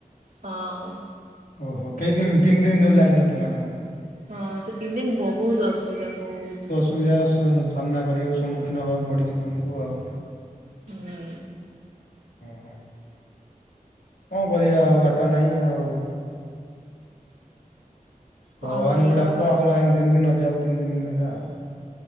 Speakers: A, on the right; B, on the left.
A: ହଁ।
B: ଓହୋ କେଇ ଦିନ୍ ତିନ୍ ଦିନ୍ ଯୋଉ ଲାଇନ୍ ନଥିଲା ନାଁ?
A: ହଁ ସେ ତିନ୍ ଦିନ୍ ବହୁତ ଅସୁବିଧା ବହୁତ।
B: ସୁବିଧାର ସ ସାମ୍ନା କରିବାକୁ ସମ୍ମୁଖୀନ ହବାକୁ ପଡ଼ିଚି ତୁମୁକୁ ଆଉ।
A: ହଁ।
B: କଁ ହଁ। କଁ କରିବା ଆଉ ବାଟ ନାହିଁ ଆଉ।
A: କଣ
B: ଭଗବାନଙ୍କୁ
A: କରିହବ
B: ଡାକ ଆଉ ଲାଇନ୍ ଯେମିତି ନଜାଉ ତିନ୍ ଦିନ୍ ନେଖା ଆଉ।